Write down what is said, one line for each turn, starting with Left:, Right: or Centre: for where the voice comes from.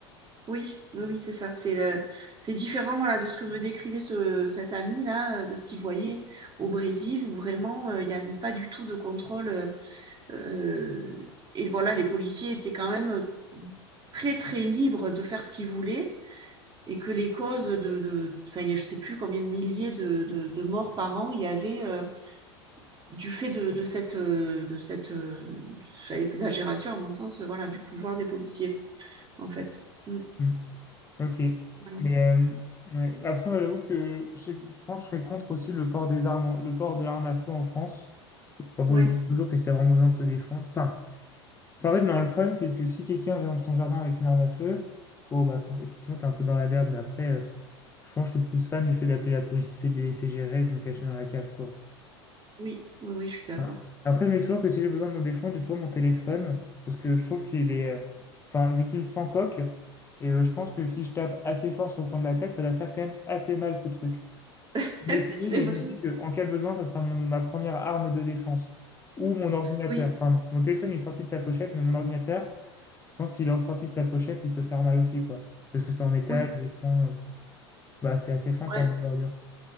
Right: oui, oui, oui, c'est ça. C'est le- c'est différent voilà de ce que me décrivait ce cet ami là, euh, de ce qu'il voyait au Brésil où vraiment euh, il n'y avait pas du tout de contrôle. euh, Euh, et voilà, les policiers étaient quand même euh, très très libres de faire ce qu'ils voulaient et que les causes de, de enfin, je sais plus combien de milliers de, de, de morts par an il y avait euh, du fait de, de cette, euh, de cette euh, enfin, exagération, à mon sens, euh, voilà, du pouvoir des policiers, en fait. Mm,
Left: Hmm. Ok.
Right: voilà.
Left: Mais euh, ouais. Après, moi, j'avoue que je, sais- je pense que je serais contre aussi le port des armes, en- le port de l'arme à feu en France. Enfin,
Right: Ouais,
Left: bon, je me dis toujours que c'est vraiment besoin de te défendre. Enfin, enfin, en fait, non, le problème, c'est que si quelqu'un vient dans ton jardin avec une arme à feu, bon, bah, enfin, effectivement, t'es un peu dans la merde, mais après, euh, je pense que je suis plus fan du fait d'appeler la police et de les laisser gérer, et de me cacher dans la cave, quoi.
Right: oui, oui, oui, je suis d'accord.
Left: Voilà. Après, je mets toujours que si j'ai besoin de me défendre, j'ai toujours mon téléphone parce que je trouve qu'il est. euh, Enfin, je l'utilise sans coque et euh, je pense que si je tape assez fort sur le coin de la tête, ça va faire quand même assez mal ce truc.
Right: <laughs>
Left: Mais c'est vrai,
Right: C'est
Left: mais
Right: vrai.
Left: je me dis qu'en cas de besoin, ça sera mon- ma première arme de défense ou mon ordinateur.
Right: Oui,
Left: Pardon, mon téléphone il est sorti de sa pochette, mais mon ordinateur, je pense qu'il est sorti de sa pochette, il peut faire mal aussi, quoi. Parce que c'est en métal,
Right: oui,
Left: les coins, euh, bah, c'est assez fin
Right: ouais,
Left: quand même, une bordure.